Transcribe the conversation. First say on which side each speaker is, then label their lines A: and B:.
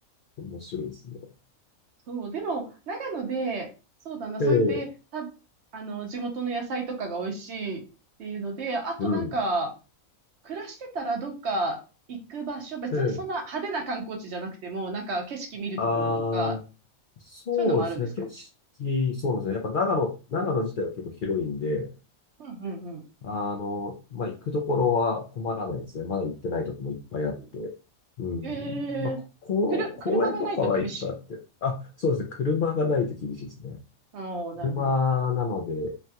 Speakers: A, on the left; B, on the right.
A: 面白いですね。
B: そう、でも、長野で、そうだな、そうやって、
A: ええええ
B: た、あの、地元の野菜とかが美味しいっていうので、あとなんか、
A: うん。
B: 暮らしてたらどっか行く場所、別にそんな派手な観光地じゃなくても、
A: ええ
B: なんか景色見るところとか、
A: ああそうですね。
B: そういうのもあるんですか
A: 景色、そうですね。やっぱ長野、長野自体は結構広いんで、
B: うんうんう
A: あの、まあ、行くところは困らないですね。まだ行ってないところもいっぱいあって。
B: ん。ん。
A: うん。
B: え
A: まあ、
B: えー
A: ここ、
B: くる、
A: 公園とかはいっぱいあって。
B: 車がないと厳しい。
A: あ、そうですね。車がないと厳しいですね。
B: おー、なるほど。
A: 車なので、